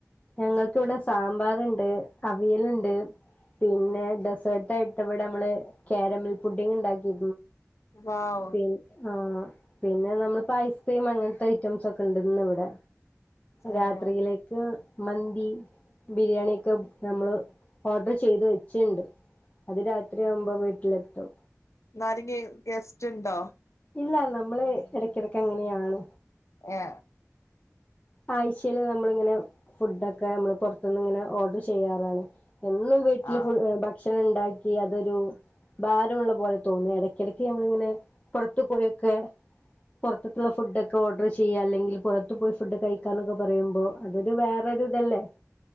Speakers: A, on the left; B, on the left.
A: ഞങ്ങൾക്ക് വിടെ സാമ്പാറ്ണ്ട് അവിയലുണ്ട് പിന്നെ ഡെസേർട്ട ആയിട്ട് ഇവിടെ നമ്മള് കാരമിൽ പുഡിംഗ്ഉണ്ടാക്കി
B: വൗ
A: പി ആ പിന്നെ നമ്മളിപ്പോ ഐസ്ക്രീം അങ്ങനെ ത്തെ ഐറ്റംസ് ഒക്കെ ഉണ്ടന്ന് ഇവിടെ
B: ആഹ്
A: രാത്രിയിലേക്ക് മന്തി ബിരിയാണി ഒക്കെ നമ്മള് ഓർഡർ ചെയ്ത് വെച്ചിണ്ട് അത് രാത്രിയാവുമ്പോ വീട്ടിലെത്തും
B: ഇന്നാരങ്കിഗസ്റ്റ് ഉണ്ടോ
A: ഇല്ല നമ്മള് ഇടക്കിടക്ക് അങ്ങനെയാണ്
B: ഏ
A: ആഴ്ചൽ നമ്മളിങ്ങനെ ഫുഡൊക്കെ നമ്മള് പുറത്ത നിന്ന് ഇങ്ങനെ ഓർഡർ ചെയ്യാറാണ് എന്നും വീട്ടില്
B: ആഹ്
A: ഫ ഭക്ഷണം ഉണ്ടാക്കി അതൊരു ഭാരമുള്ള പോലെ തോന്നി ഇടക്കിടക്ക് നഞമ്മളിങ്ങനെ പുറത്തു പോയൊക്കെ പുറത്ക്കുള്ള ഫുഡ് ഒക്കെ ഓർഡർ ചെയ്യ അല്ലെങ്കിൽ പുറത്തത്ത് പോയി ഫുഡ് കഴിക്കാന്നൊക്കെ പറയുമ്പോ അതൊരു വേറെൊ ഒരു ഇതല്ലേ